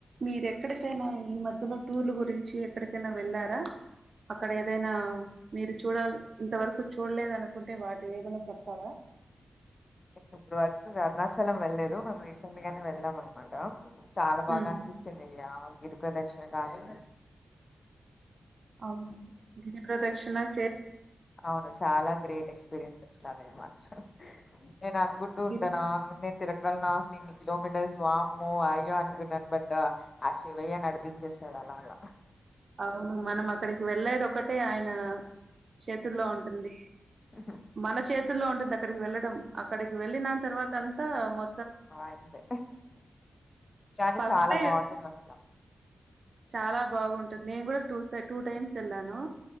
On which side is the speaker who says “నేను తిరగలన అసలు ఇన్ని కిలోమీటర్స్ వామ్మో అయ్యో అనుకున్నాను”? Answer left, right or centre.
Left